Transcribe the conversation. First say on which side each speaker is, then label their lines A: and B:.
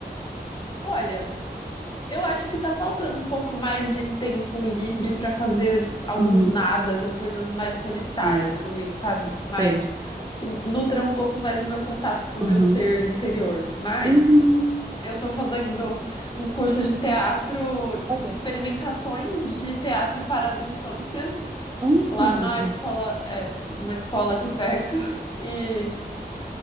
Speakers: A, on the left (about 25°); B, on the right (about 20°).
A: Olha. Eu acho que tá faltando um pouco mais de tempo livre para fazer alguns
B: Uhum,
A: nadas ou coisas mais solitárias
B: sim,
A: também, sabe? Mas
B: sei.
A: que nutram um pouco mais o meu contato com o
B: Uhum.
A: meu ser interior. Mas
B: Uhum.
A: eu tô fazendo um curso de teatro,
B: Olha.
A: de experimentações de teatro para as infâncias,
B: Uhum.
A: lá na escola, é, uma escola aqui perto. E